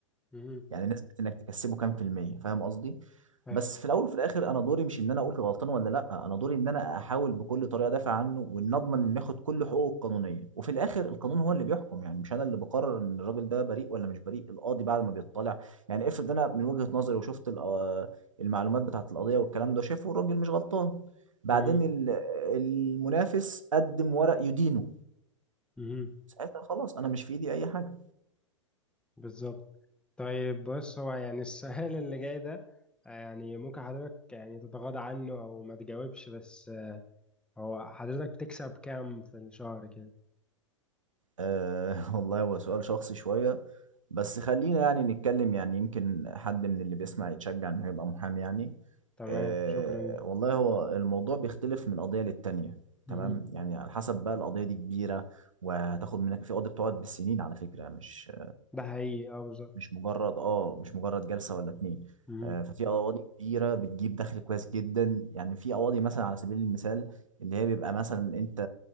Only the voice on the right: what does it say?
يعني نسبة انك تكسبه كام في المية فاهم قصدي
بس في الاول وفي الاخر انا دوري مش ان انا اقول غلطان ولا لا انا دوري ان انا احاول بكل طريقة ادافع عنه وان اضمن ان ياخد كل حقوقه القانونية وفي الاخر القانون هو اللي بيحكم يعني مش انا اللي بقرر ان الراجل ده بريء ولا مش بريء القاضي بعد ما بيطلع يعني افرض انا من وجهة نظري وشفت الق- المعلومات بتاعت القضية والكلام ده شافه الراجل مش غلطان بعدين
ال- المنافس قدم ورق يدينه
ساعتها خلاص انا مش في ايدي اي حاجة
أه <laughs> والله هو سؤال شخصي شوية بس خلينا يعني نتكلم يعني يمكن حد من اللي بيسمع يتشجع انه يبقى محامي يعني
أه
والله هو الموضوع بيختلف من قضية للتانية
تمام يعني على حسب بقى القضية دي كبيرة وهتاخد منك في قضية بتقعد بالسنين على فكرة مش
مش مجرد اه مش مجرد جلسه ولا اتنين
آه، ففي قواضي كبيره بتجيب دخل كويس جدا يعني في قواضي مثلا على سبيل المثال اللي هي بيبقى مثلا انت